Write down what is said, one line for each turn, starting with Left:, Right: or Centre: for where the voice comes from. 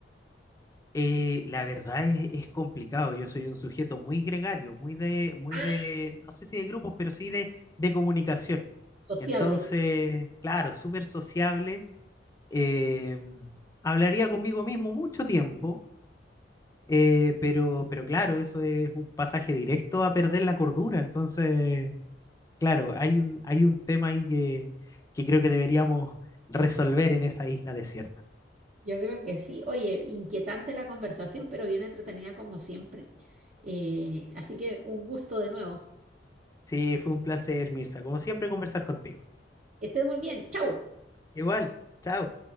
Left: Eh, la verdad es, es complicado. Yo soy un sujeto muy gregario, muy de, muy
Right: Ah,
Left: de, no sé si de grupos, pero sí de, de comunicación.
Right: sociable.
Left: Entonces,
Right: ya.
Left: claro, súper sociable. eh, hablaría conmigo mismo mucho tiempo Eh, pero, pero claro, eso es un pasaje directo a perder la cordura. Entonces, claro, hay un, hay un tema ahí que, que creo que deberíamos resolver en esa isla desierta.
Right: Yo creo que sí. Oye, inquietante la conversación, pero bien entretenida como siempre. Eh, así que un gusto de nuevo.
Left: Sí, fue un placer, Mirza. Como siempre, conversar contigo.
Right: Que Estés muy bien. Chau.
Left: Igual, chao.